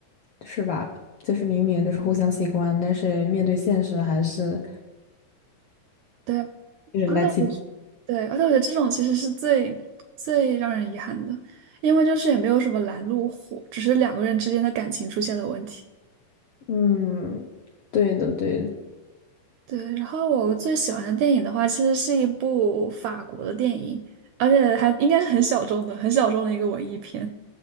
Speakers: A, on the left (about 75°); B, on the right (about 80°).
A: 是吧？就是明明就是互相喜欢，但是面对现实还是
B: <laughs> 对。
A: 就是来。
B: 而且我觉对，而且我觉得这种其实是最最让人遗憾的，因为就是也没有什么拦路虎，只是两个人之间的感情出现了问题。
A: 嗯，对的对的。
B: 对，然后我最喜欢的电影的话，其实是一部法国的电影，而且还应该是很小众的、很小众的一个文艺片。